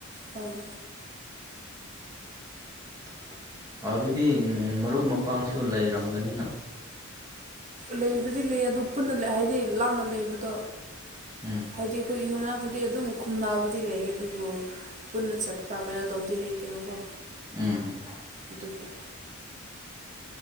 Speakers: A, on the right; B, on the right.
A: ꯎꯝ
B: <inaudible> ꯑꯗꯨꯗꯤ ꯃꯔꯨꯞ ꯃꯄꯥꯡꯁꯨ ꯂꯩꯔꯝꯒꯅꯤꯅ
A: ꯂꯩꯕꯨꯗꯤ ꯂꯩ ꯑꯗꯨ ꯄꯨꯟꯅ ꯍꯥꯏꯗꯤ ꯂꯥꯞꯅ ꯂꯩꯕꯗꯣ
B: ꯎꯝ
A: ꯍꯥꯏꯗꯤ ꯑꯩꯈꯣꯏ ꯌꯨꯝꯅꯥꯛꯇꯗꯤ ꯑꯗꯨꯝ ꯈꯨꯝꯕꯗꯤ ꯂꯩ ꯑꯗꯨꯕꯨ ꯄꯨꯟꯅ ꯆꯠꯄ ꯀꯩꯅꯣ ꯇꯧꯕꯗꯤ ꯂꯩꯇꯦꯕꯀꯣ
B: ꯎꯝ ꯎꯝ
A: ꯑꯗꯨꯒꯤ